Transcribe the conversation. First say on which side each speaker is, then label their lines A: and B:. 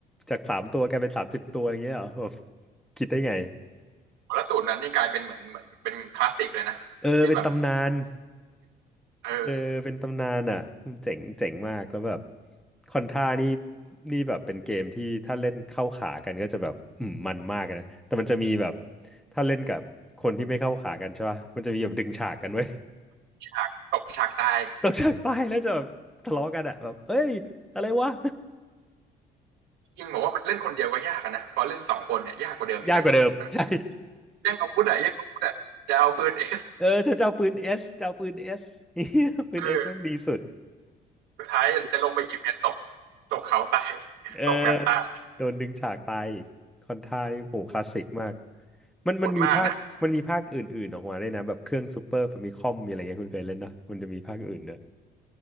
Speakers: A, in the centre; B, on the right.
A: จากสามตัวกลายเป็นสามสิบตัวอย่างเงี้ยเหรอแบบคิดได้ไง
B: แล้วสูนรนั้นนี่กลายเป็นเหมือนเหมือนเป็นคลาสสิกเลยนะที่แบบ
A: เออเป็นตำนาน เออเป็นตำนานอ่ะเจ๋งเจ๋งมากแล้วแบบ
B: เออ
A: คอนท่านี่นี่แบบเป็นเกมที่ถ้าเล่นเข้าขากันก็จะแบบอืมมันมากนะแต่มันจะมีแบบถ้าเล่นกับคนที่ไม่เข้าขากันใช่ป่ะมันจะมีแบบดึงฉากกันไว้ย
B: ฉากตกฉากตาย
A: <laughs> ตกฉากตายแล้วจะแบบทะเลาะกันอ่ะแบบเอ้ยอะไรวะ
B: จริงบอกว่ามันเล่นคนเดียวก็ยากอะนะพอเล่นสองคนเนี่ยยากกว่าเดิมอีกนะมัน
A: <laughs> ยากกว่าเดิม <laughs> ใช่
B: แย่งอาวุธอะแย่งอาวุธอะจะเอาปืนเอง
A: เออฉันจะเอาปืนเอสจะเอาปืนเอส <laughs> ปืนเอสแม่งดีสุด
B: เออสุดท้ายจะลงไปหยิบเนี่ยตกตกเขาตาย
A: เออ
B: ตกแมปตาย
A: โดนดึงฉากตายอีกคอนไทายโหคลาสสิกมากมันมันมีภาคมันมีภาคอื่นๆออกมาด้วยนะแบบเครื่องซูเปอร์ฟามิคอมมีอะไรเงี้ยคุณเคยเล่นนะมันจะมีภาคอื่นเนอะ
B: โหดมากนะ